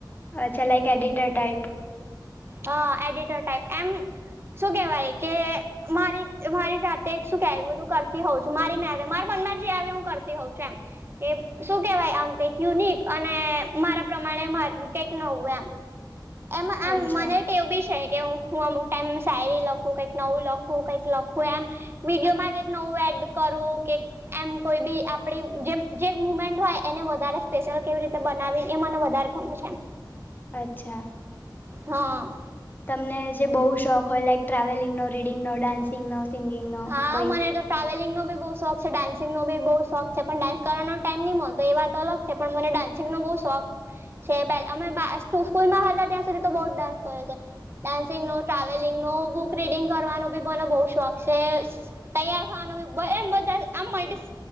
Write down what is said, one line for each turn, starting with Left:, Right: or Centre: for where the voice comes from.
Left: અચ્છા લાઈક એડિટર ટાઈપ.
Right: હા, એડિટર ટાઈપ એમ શું કેવાય કે મારી મારી જાતે શું કેવાય બધું કરતી હોઉ છું મારી મેરે મારા મનમાં જે આવે હું કરતી હોઉં છું એમ કે શું કેવાય આમ કંઈક યુનિક અને મારા પ્રમાણે માર કંઈક નવું એમ. એમાં આમ
Left: અચ્છા
Right: મને ટેવ બી છે એક કે હું-હું અમુક ટાઈમ શાયરી લખું, કંઈક નવું લખું કંઈક લખું એમ વિડીયોમાં કંઈક નવું એડ કરું કેક, એમ કોઈ બી આપણી જેમ જે મુમેન્ટ હોય એને વધારે સ્પેશિયલ કેવી રીતે બનાવી એ મને વધારે ગમે છે એમ.
Left: અચ્છા.
Right: હા.
Left: તમને જે બઉુ શોખ હોય લાઈક ટ્રાવેલિંગનો, રીડિંગનો, ડાન્સિંગનો સિંગિંગનો
Right: હા,
Left: કોઈ
Right: મને તો ટ્રાવેલિંગ નો બી બહું શોખ છે, ડાન્સિંગ નો બી બોઉ શોખ છે, પણ ડાન્સ કરવાનો ટાઈમ ની મલતો એ વાત અલગ છે, પણ મને ડાન્સિંગ નો બોઉ શોખ છે, બેલ અમે બા સ સ્કૂલમાં હતા ત્યાં સુધી તો બઉં જ ડાન્સ કર્યો છે. ડાન્સિંગ નો, ટ્રાવેલિંગ નો, બુક રીડિંગ કરવાનો બી મને બઉ શોખ સે, તૈયાર થવાનું બી એમ બધા આમ મલ્ટીશ